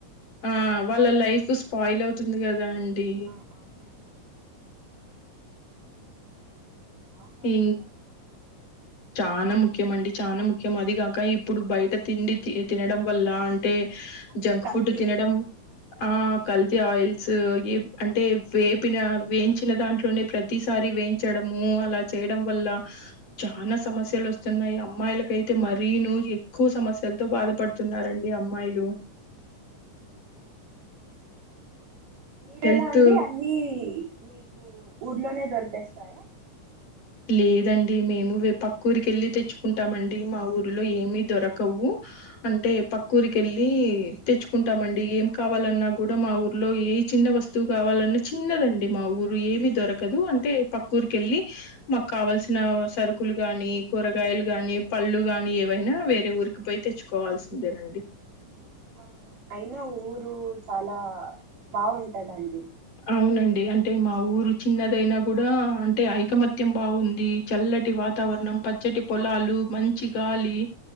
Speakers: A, on the left (about 75°); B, on the right (about 85°).
A: ఆ వాళ్ళ లైఫ్ స్పాయిల్ అవుతుంది కదా అండి
B: ఆ, అవునండి ఆహారం
A: ఉమ్
B: చాలా ముఖ్యమండి
A: చాలా ముఖ్యమండి చాలా ముఖ్యం అది కాక ఇప్పుడు బయట తిండి తినడం వల్ల అంటే
B: అన్ని
A: జంక్
B: కల్తీ
A: ఫుడ్ తినడం ఆ కల్తీ ఆయిల్ స్ అంటే వేపిన వేయించిన దాంట్లోనే
B: అవునండి
A: ప్రతిసారి వేయించడము అలా చేయడం వల్ల చానా సమస్యలు వస్తున్నాయి అమ్మాయిలకయితే మరీను ఎక్కువ
B: అవును.
A: సమస్యలతో బాధపడుతున్నారండి అమ్మాయిలు
B: అ మీరెలా
A: హెల్త్
B: అండి అన్నీ మీకు ఊర్లోనే దొరికేస్తాయా
A: లేదండి మేము పక్క ఉరికెళ్లి తెచ్చుకుంటామండి మా ఊర్లో ఏమి దొరకవు అంటే పక్కుూరి వెళ్ళి తెచ్చుకుంటామండి ఏం కావాలన్నా కూడా మా ఊర్లో ఏ చిన్న వస్తువు కావాలన్నా చిన్నదండి మా ఊరు ఏమి దొరకదు అంటే పక్కురికెళ్లి మాకు కావల్సిన సరుకులు గాని కూరగాయలు గాని పళ్ళు గాని ఏవైనా వేరే ఊరికి పోయి తెచ్చుకోవాల్సిందేనండి
B: ఆ అయినా ఊరు చాలా బాగుంటాదండి
A: అవునండి అంటే మా ఊరు చిన్నదైనా కూడా అంటే ఐకమత్యం బాగుంది చల్లటి వాతావరణం పచ్చటి పొలాలు మంచి గాలి